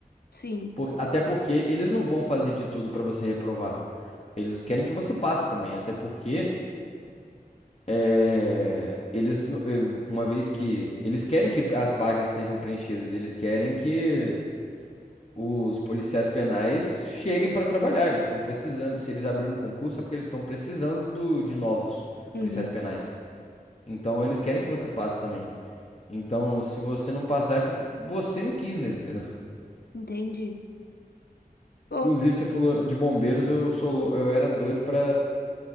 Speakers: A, on the left; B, on the left.
A: Sim.
B: Por- até porque eles não vão fazer de tudo pra você reprovar. Eles querem que você passe também, até porque É, eles, no- eh, uma vez que eles querem que as vagas sejam preenchidas, eles querem que os policiais penais cheguem para trabalhar. Eles estão precisando. Se eles abriram um concurso, é porque eles estão precisando do, de novos
A: Uhum.
B: policiais penais. Então eles querem que você passe também. Então, se você não passar, é porque você não quis mesmo, entendeu?
A: Entendi. Pô,
B: Inclusive, você falou de bombeiros, eu sou, lou- eu era doido para